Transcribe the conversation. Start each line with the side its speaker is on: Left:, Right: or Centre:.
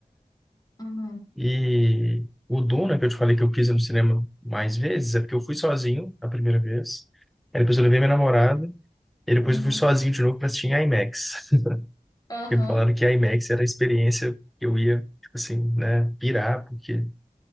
Left: Aham,
Centre: E o Duna, que eu te falei que eu quis ir no cinema mais vezes, é porque eu fui sozinho a primeira vez. Aí depois eu levei minha namorada. E depois
Left: aham.
Centre: eu fui sozinho de novo para assistir em IMAX. <laughs>
Left: Aham.
Centre: Porque me falaram que IMAX era a experiência que eu ia, tipo assim, né, pirar, porque